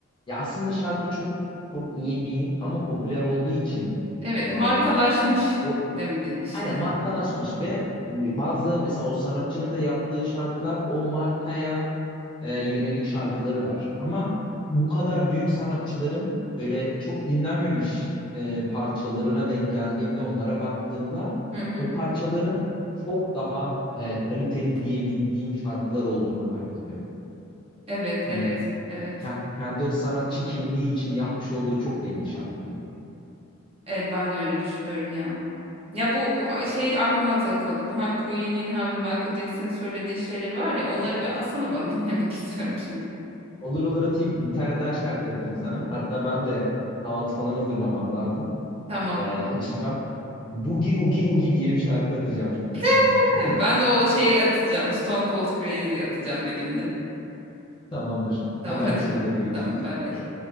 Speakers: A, on the left (about 25°); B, on the right (about 30°).
A: ya aslında şarkı çok çok iyi değil ama popüler olduğu için
B: Evet,
A: e,
B: markalaşmış
A: o,
B: demedin işte.
A: Aynen markalaşmış ve e, bazı mesela o sanatçının da yaptığı şarkılar o markaya e, yönelik şarkıları var. Ama bu kadar büyük sanatçıların böyle çok dinlenmemiş e, parçalarına denk geldiğimde onlara baktığımda
B: Hı hı.
A: o parçaların çok daha e, kaliteli diyebildiğim şarkılar olduğunu fark ediyorum.
B: Evet,
A: Hani
B: evet, evet.
A: ke- kendi o sanatçı kimliği için yapmış olduğu çok belli şarkıyı.
B: Evet, ben de öyle düşünüyorum ya. Ya bu bu a- şey aklıma takıldı. Bu hem Queen'in hem de Michael Jackson'ın söylediğin şeyleri var ya. Onları bir alsana ben dinlemek <laughs> istiyorum şimdi.
A: Olur olur atayım. Bir tane daha şarkı atayım sana. Hatta ben de kahvaltı falan hazırlamam lazım.
B: Tamam.
A: Ee, açacağım. Boogie Oogie Oogie diye bir şarkı atacağım şimdi
B: <laughs>
A: sana. <laughs>
B: Ben de o şeyi atacağım. Stone Cold Crazy atacağım birini.
A: Tamamdır.
B: Tamam
A: Haberleşiriz.
B: hadi.
A: Hadi
B: <laughs>
A: görüşürüz.
B: Tamam bay bay.